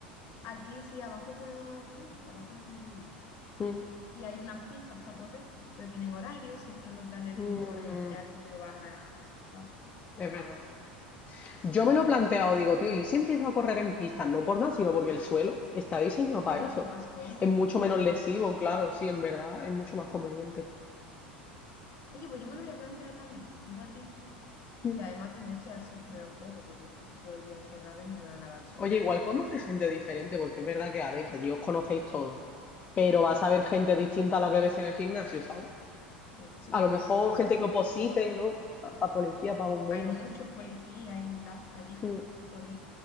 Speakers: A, on the left; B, on the left.
A: Aquí sí, abajo juegan al fútbol, abajo es donde yo vivo.
B: Mm,
A: Y hay unas pistas para correr, pero tienen horario, si están los de atletismo
B: mm,
A: corriendo ya tú no vas a, ¿sabes?
B: es
A: Y
B: verdad.
A: f,
B: Yo me
A: no
B: lo he planteado,
A: me
B: digo, tío, ¿y si empiezo a correr en pistas? No por nada, sino porque el suelo está diseñado para
A: Es mucho
B: eso.
A: más cómodo.
B: Es mucho menos lesivo, claro, sí, en verdad, es mucho más conveniente.
A: Oye, pues yo me lo voy a plantear también, un ratito.
B: Mm.
A: Y además también estoy al sol, me da un poco, porque es que estoy todo el día encerrada y no me da nada al sol.
B: Oye, igual conoces gente diferente, porque es verdad que, a ver, que allí os conocéis todos, pero vas a ver gente distinta a la que ves en el gimnasio, ¿sabes?
A: Sí, eso
B: A
A: también
B: lo mejor
A: estoy quemada
B: gente
A: de
B: que oposite,
A: ver.
B: ¿no? Para policía, para bomberos.
A: Hay muchos policías y tal allí
B: Mm.
A: corriendo.